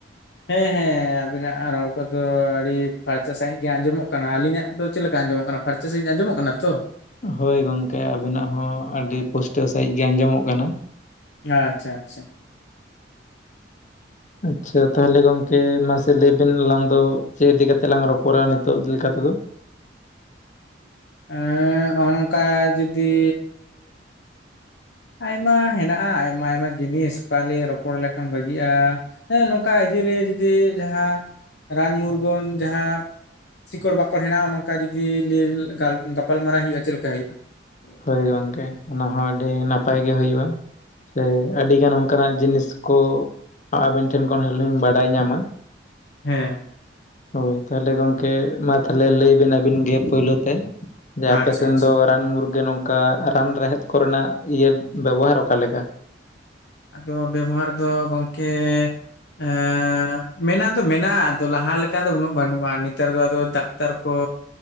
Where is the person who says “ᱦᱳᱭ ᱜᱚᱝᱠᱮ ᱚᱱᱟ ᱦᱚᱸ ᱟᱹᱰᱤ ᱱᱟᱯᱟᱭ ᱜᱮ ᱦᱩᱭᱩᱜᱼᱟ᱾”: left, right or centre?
Left